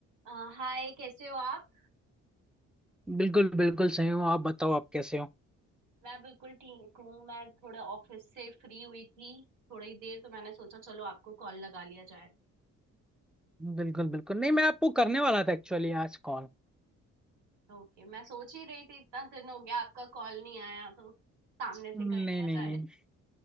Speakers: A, on the right (about 90°); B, in the centre.
A: अ, हाय कैसे हो आप
B: बिल्कुल बिल्कुल सही हूँ आप बताओ आप कैसे हो
A: मैं बिल्कुल ठीक हूँ मैं थोड़े ऑफिस से फ्री हुई थी थोड़ी देर तो मैंने सोचा चलो आपको कॉल लगा लिया जाए
B: बिल्कुल बिल्कुल नहीं मैं आपको करने वाला था एक्चुअली आज कॉल
A: ओके मैं सोच ही रही थी इतना दिन हो गया आपका कॉल नहीं आया तो सामने से
B: नहीं
A: कर लिया
B: नहीं
A: जाए
B: नहीं